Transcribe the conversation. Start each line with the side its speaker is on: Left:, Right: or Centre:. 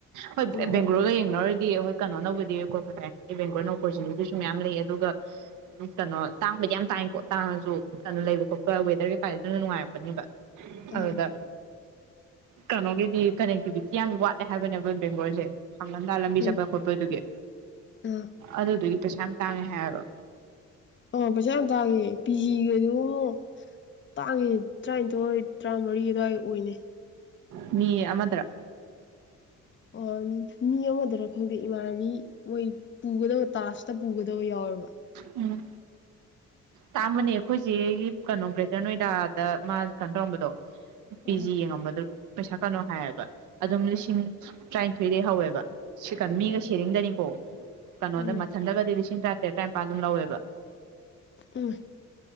Right: ꯍꯣꯏ
Left: ꯑꯗꯨꯒ
Right: ꯕꯦꯡꯒꯂꯣꯔꯒ ꯌꯦꯡꯅꯔꯨꯔꯗꯤ ꯗꯤ ꯑꯩꯈꯣꯏ ꯀꯩꯅꯣ ꯅꯕꯨꯗꯤ ꯀꯣꯜꯀꯇꯥꯒꯤꯅꯗꯤ ꯕꯦꯡꯒ꯭ꯂꯣꯔꯅ ꯑꯣꯄꯣꯔꯆꯨꯅꯤꯇꯤꯁꯨ ꯃꯌꯥꯝ ꯂꯩ ꯑꯗꯨꯒ ꯀꯩꯅꯣ ꯇꯥꯡꯕꯗꯤ ꯌꯥꯝ ꯇꯥꯡꯉꯦꯀꯣ ꯇꯥꯡꯉꯁꯨ ꯀꯩꯅꯣ ꯂꯩꯕ ꯈꯣꯠꯄ ꯋꯦꯗꯔ ꯀꯩꯀꯥ ꯑꯗꯨꯅ ꯅꯨꯡꯉꯥꯏꯔꯛꯄꯅꯦꯕ
Left: ꯎꯝ
Right: ꯑꯗꯨꯗ ꯀꯩꯅꯣꯒꯤꯗꯤ ꯀꯅꯦꯛꯇꯤꯕꯤꯇꯤ ꯌꯥꯝ ꯋꯥꯠꯂꯦ ꯍꯥꯏꯕꯅꯦꯕ ꯕꯦꯡꯒ꯭ꯂꯣꯔꯖꯦ ꯍꯪꯒꯟꯗꯥ ꯂꯝꯕꯤ
Left: ꯎꯝ
Right: ꯆꯠꯄ ꯈꯣꯠꯄꯗꯨꯒꯤ
Left: ꯑꯥ
Right: ꯑꯗꯨꯗꯨꯒꯤ ꯄꯩꯁꯥ ꯌꯥꯝ ꯇꯥꯡꯉꯦ ꯍꯥꯌꯦꯕ
Left: ꯑ ꯄꯩꯁꯥ ꯌꯥꯝ ꯇꯥꯒꯦ ꯄꯤ ꯖꯤꯒꯗꯣ ꯑꯃꯛ ꯇꯥꯡꯒꯤ ꯇꯔꯥꯅꯤꯊꯣꯏ ꯇꯔꯥꯃꯔꯤ ꯑꯗꯨꯋꯥꯏ ꯑꯣꯏꯅꯦ
Right: ꯃꯤ ꯑꯃꯗꯔ
Left: ꯑꯣ ꯃꯤ ꯑꯃꯗꯔ ꯈꯪꯗꯦ ꯏꯃꯥꯟꯅꯕꯤ ꯃꯣꯏ ꯄꯨꯒꯗꯕ ꯇꯥꯖꯇ ꯄꯨꯒꯗꯕ ꯌꯥꯎꯦꯕ <inaudible>
Right: ꯎꯝ ꯇꯥꯡꯕꯅꯦ ꯑꯩꯈꯣꯏꯆꯦꯒꯤ ꯀꯩꯅꯣ ꯒ꯭ꯔꯦꯇꯔ ꯅꯣꯏꯗꯥꯗ ꯃꯥ ꯀꯩꯅꯣ ꯇꯧꯔꯝꯕꯗꯣ ꯄꯤ
Left: ꯑꯥ
Right: ꯖꯤ ꯌꯦꯡꯉꯝꯕꯗꯨ ꯄꯩꯁꯥ ꯀꯩꯅꯣ ꯍꯥꯏꯌꯦꯕ ꯑꯗꯨꯝ ꯂꯤꯁꯤꯡ ꯇꯔꯥꯅꯤꯊꯣꯏꯗꯒꯤ ꯍꯧꯋꯦꯕ ꯁꯤꯀꯥꯟ ꯃꯤꯒ
Left: ꯑꯥ
Right: ꯁꯦꯔꯤꯡꯗꯅꯤꯀꯣ ꯀꯩꯅꯣꯗ
Left: ꯎꯝ
Right: ꯃꯊꯜꯗꯒꯗꯤ ꯂꯤꯁꯤꯡ ꯇ ꯇꯦ ꯇꯔꯥꯅꯤꯄꯥꯟ ꯑꯗꯨꯝ ꯂꯧꯋꯦꯕ
Left: ꯎꯝ